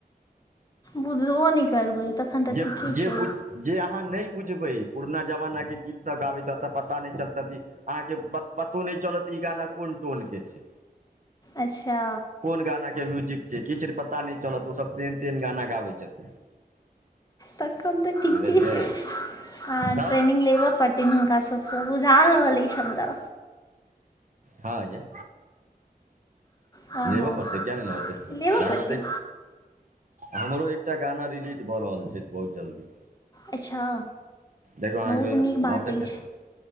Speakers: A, on the left; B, on the right.
A: बुझबो नहि करबै तखन तऽ
B: जे
A: ठीके
B: जे
A: छै
B: बुझ जे अहाँ नहि बुझबै पुरना जमानाके गीतसभ गाबैत एतऽ पता नहि चलतै कि अहाँके पतो नहि चलत ई गाना कोन टोनके छै
A: अच्छा
B: कोन गानाके म्यूजिक छै किछु पता नहि चलत ओसभ तेहन तेहन गाना गाबै छथिन
A: तखन तऽ हम तऽ ठीके
B: बुझलियै
A: छै अ
B: तऽ
A: ्रेनिंग लेब पड़ त हुनका सभसँ बुझा रहल अछि हमरा
B: हँ यऽ
A: हँ
B: लेबे
A: हँ
B: पड़तै क्य नहि लेब परते
A: लेबऽ
B: जा
A: पड़तै
B: के देख हमरो एकटा गाना रिलीज भऽ रहल छै बहुत जल्दी
A: अच्छा
B: देखो आहके
A: बहुत नीक बात
B: भऽ सके
A: अछि